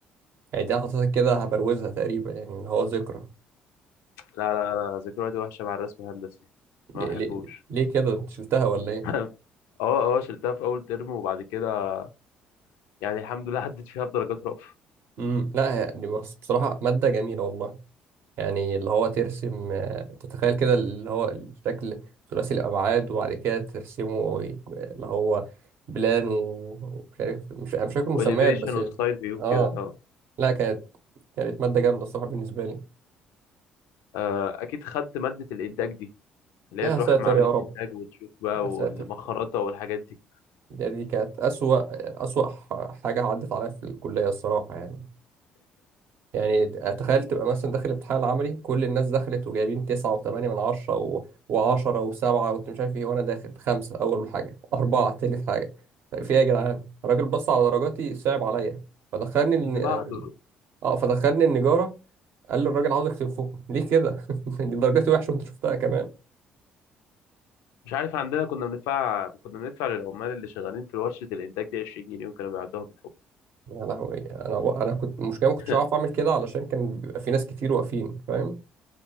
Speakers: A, on the right; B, on the left.
A: يعني دي أنا حاططها كده هبروزها تقريبا يعني اللي هو ذكرى
B: لا لا لا ذكرياتي وحشه مع الرسم الهندسي ما
A: ليه,
B: بحبوش
A: ليه, ليه كده انت شلتها ولا ايه؟
B: <laughs> اه اه شلتها في اول ترم وبعد كده يعني الحمد لله عدت فيها بدرجات رأفة
A: امم لا يعني بص بصراحة مادة جميلة والله يعني اللي هو ترسم آه، تتخيل كده اللي هو الشكل ثلاثي الأبعاد وبعد كده ترسمه ويك- اللي هو بلان و- ومش عارف مش أنا مش فاكر مسميات
B: واليفيشن
A: بس
B: وسايد
A: ال-
B: فيو
A: اه
B: كده اه
A: لا كانت كانت مادة جامدة الصراحة بالنسبة لي
B: آه، اكيد خدت مادة الانتاج دي اللي
A: يا
B: هي تروح
A: ساتر
B: معامل
A: يا
B: الانتاج
A: رب
B: وتشوف بقى
A: يا ساتر
B: والمخرطة والحاجات دي
A: ده دي كانت أسوأ أسوأ ح- حاجة عدت عليا في الكلية الصراحة يعني يعني تخيل تبقى مثلا داخل الامتحان العملي كل الناس دخلت وجايبين تسعة وثمانية من عشرة و... وعشرة وسبعة وأنت مش عارف إيه وأنا داخل خمسة أول حاجة أربعة تاني حاجة طيب في إيه يا جدعان الراجل بص على درجاتي صعب عليا فدخلني الن...
B: اللي بعده
A: آه فدخلني النجارة قال لي الراجل عاوزك تنفخه ليه كده <laughs> دي درجاتي وحشة وأنت شفتها كمان
B: مش عارف عندنا كنا بندفع كنا بندفع للعمال اللي شغالين في ورشة الانتاج دي 20 جنيه وكانوا بيعدوها بالحب
A: يا لهوي أنا أنا كنت المشكلة ما كنتش
B: <laughs>
A: عارف أعمل كده علشان كان بيبقى في ناس كتير واقفين فاهم